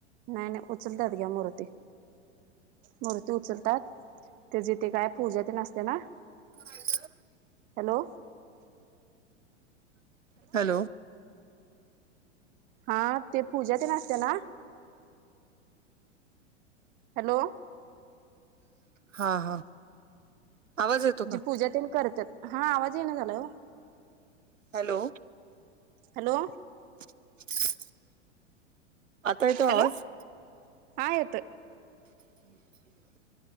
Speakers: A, on the right; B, on the right.
A: नाही नाही उचलतात की मुर्ती. मूर्ती उचलतात ते जिथे काय पूजा ते नसते ना
B: ह <unintelligible>
A: हॅलो.
B: हॅलो.
A: हा ते पूजा ते नसते ना हॅलो.
B: हा हा. आवाज येतो का?
A: जी पूजा त्यांन करतात हा आवाज ये ना झाला हो.
B: हॅलो.
A: हॅलो
B: <inaudible> आता येतो
A: हॅलो
B: आवाज.
A: हा येतोय.
B: <inaudible>